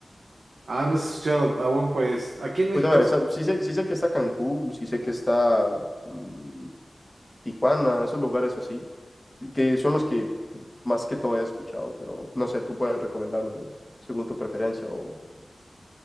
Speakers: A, on the right (about 85°); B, on the left (about 20°).
A: Ah, no has escuchado aún, pues aquí en México,
B: Pues a ver, esa- sí sé, sí sé que está Cancún, sí sé que está mm, Tijuana, esos lugares así, y que son los que más que todo he escuchado, pero no sé, tú puedes recomendarme según tu preferencia o...